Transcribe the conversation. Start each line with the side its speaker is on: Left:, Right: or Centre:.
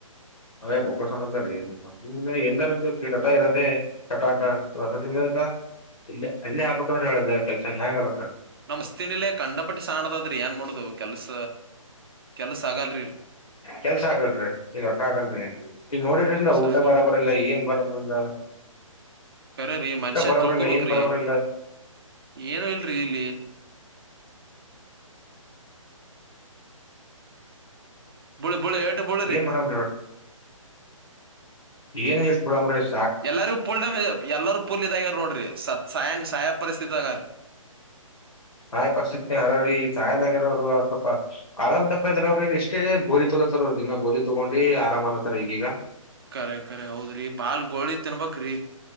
Left: ಅ ಬೊಕ್ಕಣಸತ್ತ ರೀ. ಎಂದಾರು ಕೀಟತ ಇರೋದೆೇ ಚಟಾಕ ಹೊಸದಿಂದದ. ಇಲ್ಲ ಅಲ್ಲೇ ಅಬಬೇಕ ಹೇಳಲ್ಲ ಕೆಲ್ಸ ಹೆಂಗ್ ಅಬಕ.
Right: ನಮ್ ಮಸ್ತಿನಿಲ್ಲೆ ಕಂಡ ಪಟ್ಟಿ ಸಾಣದದ್ರಿ ಏನ್ ಮಾಡೋಡುದು ಕೆಲ್ಸ ಕೆಲ್ಸ ಆಗಲ್ರಿ.
Left: ಕೆಲ್ಸ ಆಗಲ್ರಿ ಈಗ ಹೊಟ್ಟ ಆಗಲ್ರರಿ. ಈಗ ನೋಡಿದ್ರಿಲ್ಲ
Right: ಕೆಲ್ಸ
Left: ಊಟ
Right: ಆಗಲ್ರಿ
Left: ಬರ ಬರಲ್ಲ ಏನ್ ಬರೋ ಬರಿ ಇಲ್ಲ.
Right: ಕರ್ರೀ ಮನ್ಷ್ಯ
Left: ಬರಬರಿಲ್ಲ
Right: ತಿಳ್ಕೋಬ್ರಿ
Left: ಏನ್ ಬರಬರಿಲ್ಲ
Right: ಏನು ಇಲ್ರಿ ಇಲ್ಲಿ. ಬುಳಿ ಬುಳಿ ಏಟು ಬುಳಿ ರೀ.
Left: ಏನ್ ಮಾಡಮ್ರಿ ಏನ್ <inaudible> ಹಬ ಬಿಡಂಬ್ರೆ <inaudible>
Right: ಎಲ್ಲರಿಗೂ ಪುಲ್ ಡಾಮೇ ಎಲ್ಲಾರೂ ಪುಲ್ ಇದಾಗ್ಯಾರ ನೋಡ್ರಿ ಸತ್ ಸಾಯಂ ಸಾಯಾ ಪರಿಸ್ಥಿತಿ ಆಗೀ
Left: ಸಾಯ ಪರಿಸ್ಥಿತಿ ಹರೋರಿ ಸಾಯ್ದಾಗರೋರು ಅ ಸ್ವಪ. ಆರಾಮ್ ತಪ್ಪ ಇದ್ರ ಅವ್ರಿಗೆ ಇಷ್ಟೇ ಗೋಲಿ ತೊಲತ್ತಾರ ಅವ ದಿನ ಗೋಲಿ ತಗೊಂಡಿ ಆರಾಮ್ ಅಲತ್ತಾರ ಈಗೀಗ.
Right: ಕರೆ ಕರೆ ಹೌದ್ರಿ ಬಾಲ್ ಗೋಳಿ ತಿನ್ಬಕ್ ರೀ